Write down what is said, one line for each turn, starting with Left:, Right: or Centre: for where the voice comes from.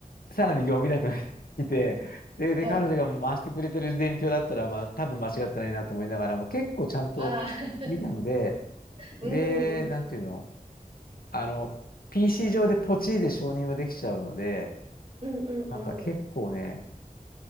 Left: さらに業務委託がいて、で、で、
Right: はい。
Left: 彼女が回してくれてる伝票だったら、まあ、多分間違ってないなと思いながらも、結構ちゃんと見たので、
Right: あー、<laughs> うんうん、
Left: で、なんていうの、あの、PC 上でポチで承認はできちゃうので、
Right: うんうんうん。
Left: なんか結構ね、